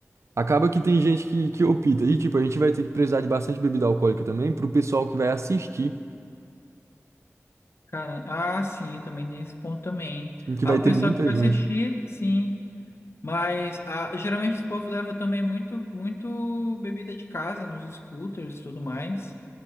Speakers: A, on the right; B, on the left.
A: Acaba que tem gente que, que opta. E, tipo, a gente vai ter que precisar de bastante bebida alcoólica também, pro pessoal que vai assistir,
B: Cara, ah, sim, também tem esse ponto também.
A: em que
B: Ah,
A: vai
B: o
A: ter
B: pessoal
A: muita
B: que vai
A: gente.
B: assistir, sim. Mas ah, geralmente esse povo leva também muito, muito bebida de casa nos scooters e tudo mais,